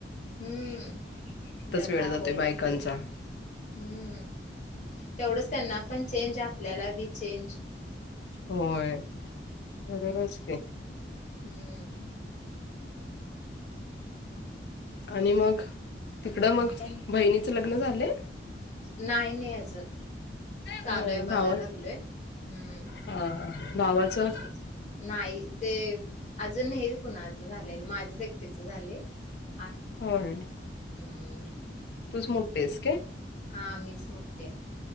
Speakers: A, on the left; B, on the left.
A: हम्म- डब्बा
B: वेळ जातोय
A: होयच
B: बायकांचा
A: ते हम्म- तेवढंच त्यांना- पण चेंज. आपल्याला बी चेंज.
B: होय बरोबर च ते
A: हम्म
B: आणि मग? तिकडं
A: आणि
B: मग
A: काय नाही.
B: बहिणीचं लग्न झालंय
A: नाही नाही अजून. चालूय
B: होय भावाच
A: बघाय लागलोय. हम्
B: हा हा भावाचं
A: -हम् नाही ते- अजून हे कुणाचं झालेल. माझच एकटीच झालय -
B: होय.
A: हम्म.
B: तूच मोठ्ठीयेस काय?
A: हा मीच मोठ्ठी ये.